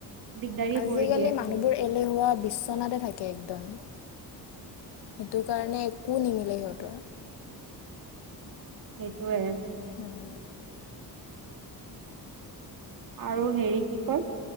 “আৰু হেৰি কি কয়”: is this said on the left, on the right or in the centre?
Right